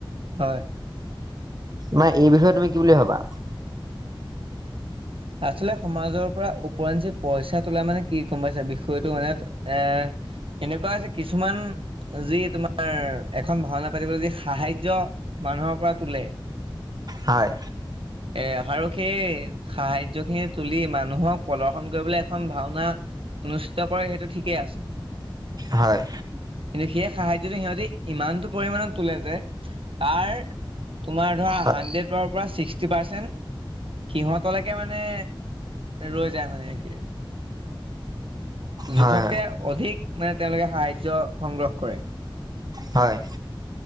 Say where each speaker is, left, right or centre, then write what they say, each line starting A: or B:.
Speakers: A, on the right; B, on the right.
A: হয়।
B: নাৰ এই বিষয়ে তুমি কি বুলি ভাবা।
A: আচলতে সমাজৰ পৰা ওৰিঞ্চি পইচা তোলা মানে কি গম পাইছে বিষয়টো মানে এ এনেকুৱা হৈছে কিছুমান যি তোমাৰ এখন ভাওনা, পাতিবলৈ যি সাহাৰ্য। মানুহৰ পৰা তোলে।
B: হয়।
A: এ আৰু সেই সাহাৰ্য খিনি তুলি মানুহক প্ৰদৰ্শন কৰিবলৈ এখন ভাওনা। অনুষ্ঠিত কৰে সেইটো ঠিকেই আছে।
B: হয়।
A: কিন্তু সেই সাহাৰ্যটো সিহঁতি ইমানটো পৰিমমানত তোলে যে তাৰ তোমাৰ ধৰা
B: হয়,
A: হাড্ৰেডৰ পৰা ছিক্সটি পাৰ্চেন্ট সিহত তলৈকে মানে ৰৈ যায় মানে কি? জোখতকে
B: হয়,
A: অধিক মানে তেওঁলোকে সাহাৰ্য্য সংগ্ৰহ কৰে।
B: হয়।